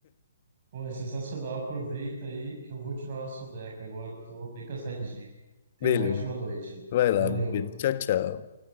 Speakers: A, on the right; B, on the left.
A: Pô, é sensacional. Aproveita aí que eu vou tirar uma soneca agora. Eu tô bem cansadinho. Tenha
B: Beleza,
A: uma ótima noite.
B: vai lá,
A: Valeu.
B: meu querido. Tchau, tchau.